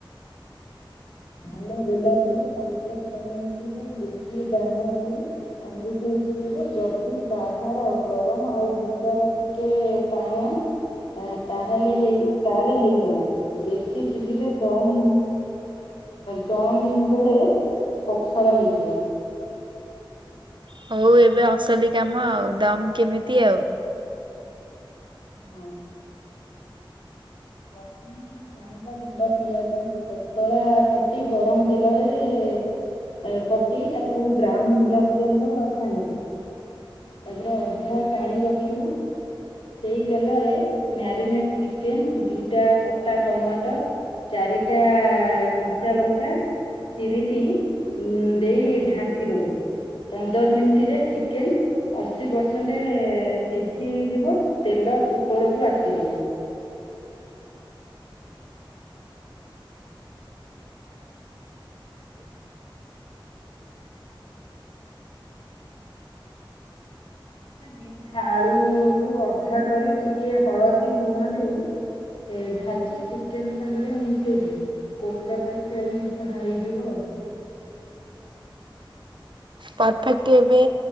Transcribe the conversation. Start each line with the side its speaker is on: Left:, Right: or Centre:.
Left: ଆଳ <inaudible> ଦେଲା ପରେ ପାଞ୍ଚ ଛଅ ମିନିଟରେ ବେଶି ଦାନା ନେଇ ଆଙ୍ଗୁଠି ଚିପିବୁ ଯଦି ବାହାର ଗରମ ଆଉ ଭିତର ଟିକେ ଟାଣ ତାହେଲେ ହେଇ ତାହେଲେ ହେଇଗଲା ବେଶୀ ସିଝିଲେ ଦମ୍ କମ୍ ବେଳେ ପଖାଳ ହେଇଯିବ
Right: ହଉ ଏବେ ଅସଲି କାମ ଆଉ ଦମ କେମିତି ଆଉ?
Left: ହଁ <inaudible> ଚାଣି ଟା ବଡ ପିଆଜ ପତଳା କାଟି ଗରମ ତେଲରେ ପକେଇ ତାକୁ ବ୍ରାଉନ ହେଲା ପର୍ଯ୍ୟନ୍ତ ଛାଣିବୁ ତାପରେ ଅଧା କାଢି ରଖିବୁ ସେଇ ତେଲରେ ମ୍ୟାରିନେଟ ଚିକେନ ଦିଟା କଟା ଟମାଟର ଚାରିଟା କଞ୍ଚା ଲଙ୍କା ଚିରିକି ଦେଇ ଢାଙ୍କି ଦବୁ ପନ୍ଦର ମିନିଟରେ ଚିକେନ ଅଶୀ ପରସେଣ୍ଟେ ସିଝିଯିବ ତେଲ ଉପରକୁ ଆସିଯିବ। ଦିଟା ଆଳୁ କୁ ଅଧା କରି ଟିକେ ହଳଦୀ ଲୁଣ ଦେଇ। ଭାଜି ଚିକେନ ସାଙ୍ଗରେ ମିଶେଇଦେ କୋଲକାତା ଷ୍ଟାଇଲ ହେଇଯିବ ଆଉ।
Right: ପରଫେକ୍ଟ ଏବେ